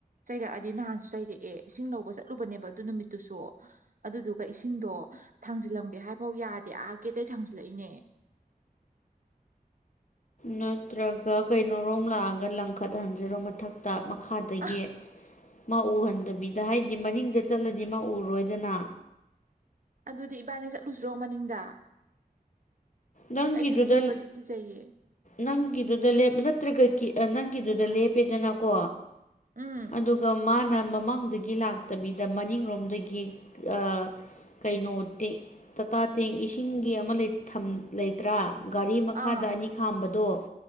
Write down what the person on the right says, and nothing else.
ꯆꯩꯔꯛꯑꯗꯤ ꯅꯍꯥꯟꯁꯨ ꯆꯩꯔꯛꯑꯦ ꯏꯁꯤꯡ ꯂꯧꯕ ꯆꯠꯂꯨꯕꯅꯦꯕ ꯑꯗꯨ ꯅꯨꯃꯤꯠꯇꯨꯁꯨ ꯑꯗꯨꯗꯨꯒ ꯏꯁꯤꯡꯗꯣ ꯊꯥꯡꯖꯤꯜꯂꯝꯒꯦ ꯍꯥꯏꯐꯥꯎ ꯌꯥꯗꯦ ꯑꯥ ꯒꯦꯠꯇꯒꯤ ꯊꯥꯡꯖꯤꯜꯂꯛꯏꯅꯦ
ꯑ
ꯑꯗꯨꯗꯤ ꯏꯕꯥꯅꯦ ꯆꯠꯂꯨꯁꯤꯔꯣ ꯃꯅꯤꯡꯗ
ꯑꯩ ꯏꯊꯟꯗ ꯆꯠꯄꯗꯤ ꯀꯤꯖꯩꯌꯦ
ꯎꯝ
ꯑꯥ